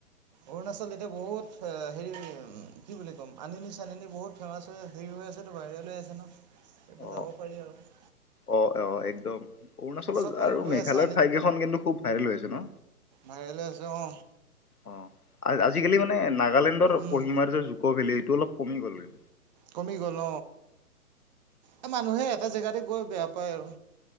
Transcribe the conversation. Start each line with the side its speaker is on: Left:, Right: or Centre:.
Right: অৰুণাচল এতিয়া বহুত হেৰি কি বুলি ক'ম আনিনী চানিনী বহুত ফেমাছ হৈ হেৰি হৈ আছেতো বাহিৰলৈ আছে ন এয়া পৰা
Left: অ
Right: যাব পাৰি আৰু।
Left: অ অ একদম অৰুণাচলৰ
Right: চব মানুহ
Left: আৰু
Right: গৈ
Left: মেঘালয়ৰ
Right: আছে
Left: ঠাই কেইখন কিন্তু খুব ভাইৰেল হৈছে ন।
Right: ভাইলৈ হৈ আছে আ
Left: অ আজিকালি মানে নাগালেণ্ডৰ
Right: উম
Left: কহিমাৰ যে জুক ভেলী এইটো অলপ কমি গ'লগে।
Right: কমি গ'ল অ মানুহে এটা জেগাতে গৈ বেয়া পায় আৰু।